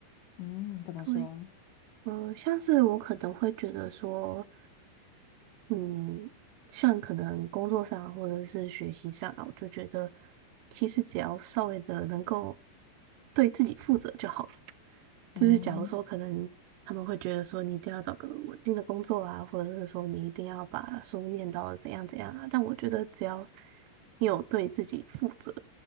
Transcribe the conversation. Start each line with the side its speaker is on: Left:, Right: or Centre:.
Left: 嗯，怎么说？
Right: 对，嗯，像是我可能会觉得说。嗯，像可能工作上或者是学习上啊，我就觉得其实只要稍微的能够对自己负责就好了。
Left: 嗯
Right: 就是假如说可能他们会觉得说你一定要找个稳定的工作啊，或者是说你一定要把书念到怎样怎样啊，但我觉得只要你有对自己负责，